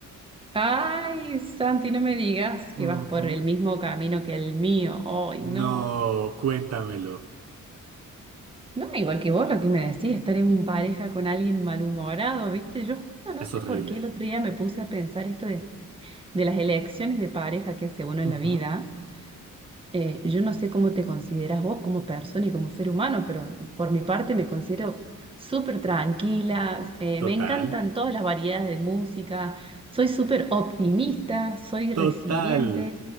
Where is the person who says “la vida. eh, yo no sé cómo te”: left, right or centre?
Right